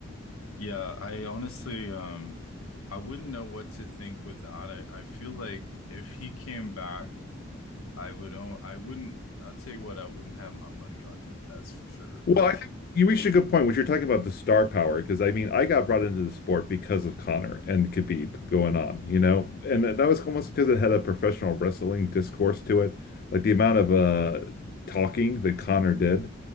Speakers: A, on the left; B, on the left.
A: Yeah, I honestly, um, I wouldn't know what to think with that. I, I feel like if he came back, I would, o- I wouldn't, I'll tell you what, I wouldn't have my money on him, that's for sure.
B: Well,
A: <laughs> Like
B: I think you reached a good point when you're talking about the star power, because I mean, I got brought into the sport because of Connor and Khabib going on, you know, and that that was almost because it had a professional wrestling discourse to it, like the amount of uh talking that Connor did,